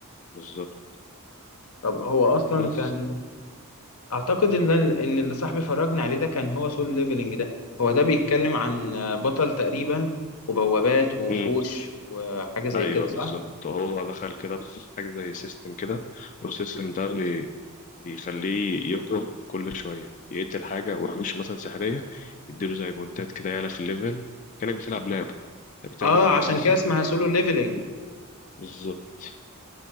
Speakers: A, on the left; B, on the left.
A: بالظبط
B: طب هو اصلا
A: بس
B: كان اعتقد ان ان اللي صاحبي فرجني عليه ده كان هو سول ليفلنج ده هو ده بيتكلم عن بطل تقريبا وبوابات ووحوش
A: مم.
B: وحاجه زي
A: ايوه
B: كده صح
A: بالظبط هو دخل كده في حاجة زي سيستم كده والسيستم ده بي- بيخليه يقرأ كل شوية يقتل حاجة ومش مثلا سحرية يديله زي بونتات كده يعلى في الليفل كأنك بتلعب لعب يعني بتلعب
B: اه
A: لعب
B: عشان
A: على البي سي
B: كده اسمها سولو ليفلنج
A: بالظبط